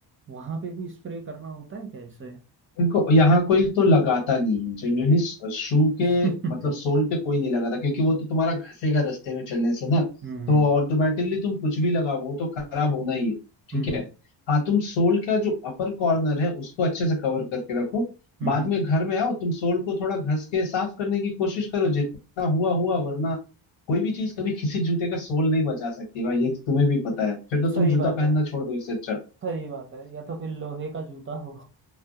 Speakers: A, on the right; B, on the left.
A: वहाँ पे भी स्प्रे करना होता है कैसे <laughs>
B: देखो यहाँ कोई तो लगाता नहीं है जनरली शू के
A: हम्म
B: मतलब सोल पे कोई नहीं लगाता क्योंकि वो तो तुम्हारा घसेगा रास्ते में चलने से ना
A: हम्म
B: तो ऑटोमेटिकली तुम कुछ भी लगाओ वो तो खराब होना ही है ठीक
A: हम्म
B: है हाँ तुम सोल का जो अपर कॉर्नर है उसको अच्छे से कवर करके रखो
A: हम्म
B: बाद
A: हम्म
B: में घर में आओ तुम सोल को थोड़ा घस के साफ करने की कोशिश करो जितना हुआ हुआ वरना कोई भी चीज कभी किसी जूते का सोल नहीं बचा सकती भाई ये तो तुम्हें भी पता है फिर तो तुम
A: सही
B: जूता
A: बात
B: पहनना
A: है
B: छोड़ दो इससे अच्छा
A: सही बात है या तो फिर लोहे का जूता हो